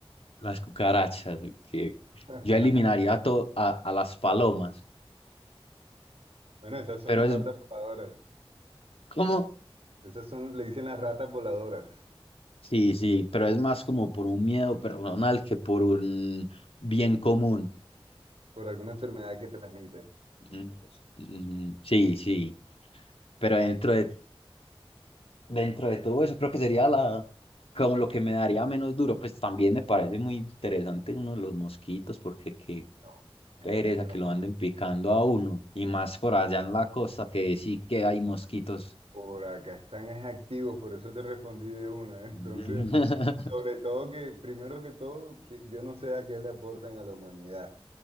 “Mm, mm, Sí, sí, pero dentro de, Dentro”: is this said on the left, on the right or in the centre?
Left